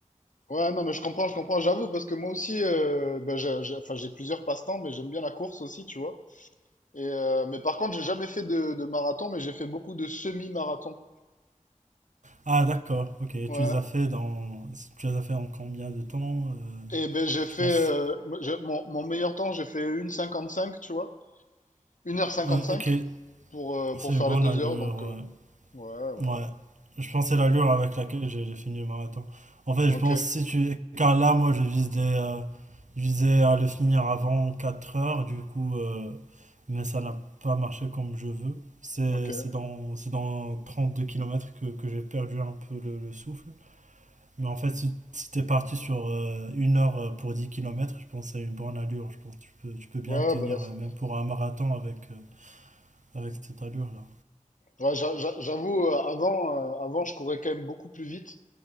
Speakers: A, on the left; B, on the right.
A: ouais, non, mais je comprends, je comprends, j'avoue, parce que moi aussi, euh, ben, j'ai, j'ai- enfin, j'ai plusieurs passe-temps, mais j'aime bien la course aussi, tu vois. Et, euh, mais par contre, j'ai jamais fait de, de marathon, mais j'ai fait beaucoup de semi-marathon.
B: Ah, d'accord, ok.
A: Ouais.
B: Tu les as fait dans. Tu les as fait en combien de temps? euh,
A: Et ben, j'ai fait,
B: je pense.
A: euh, moi, j'ai- mon, mon meilleur temps, j'ai fait 1 cinquante-cinq, tu vois. une heure cinquante-cinq
B: Ouais, ok.
A: pour, euh, pour
B: C'est
A: faire
B: bon
A: les deux
B: allure,
A: heures, donc,
B: ouais.
A: euh, ouais, ouais.
B: Ouais, je pense que c'est l'allure avec laquelle j'ai j'ai fini le marathon. En fait,
A: Ok,
B: je pense si tu... Car là, moi, je vise des, euh, je visais à le finir avant 4 heures, du coup, euh, mais ça n'a pas marché comme je veux. C'est
A: ok.
B: c'est dans, c'est dans 32 kilomètres que, que j'ai perdu un peu le, le souffle. Mais en fait, si, si t'es parti sur euh, une heure euh, pour dix kilomètres je pense que c'est une bonne allure. Je pense que tu peux, tu peux bien
A: Ouais,
B: tenir,
A: ben là, c'est-
B: euh, même pour un marathon avec, euh, avec cette allure-là.
A: ouais, j'a- j'a- j'avoue, euh, avant, euh, avant, je courais quand même beaucoup plus vite.